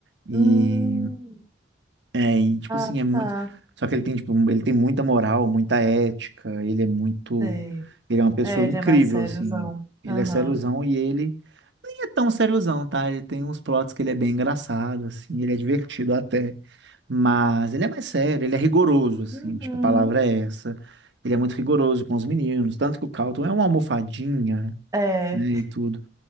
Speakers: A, on the right; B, on the right.
A: e
B: hum.
A: É, e tipo
B: Ah,
A: assim, é muito.
B: tá,
A: Só que ele tem, tipo, ele tem muita moral, muita ética, ele é muito.
B: sei.
A: Ele é uma pessoa
B: É, ele
A: incrível,
B: é mais sériozão.
A: assim. Ele
B: Aham.
A: é sériozão e ele nem é tão sériozão, tá? Ele tem uns plots que ele é bem engraçado, assim, ele é divertido até. Mas ele é mais sério, ele é rigoroso, assim,
B: Uhum.
A: acho que a palavra é essa. Ele é muito rigoroso com os meninos, tanto que o Carlton é uma almofadinha,
B: É.
A: né, e tudo.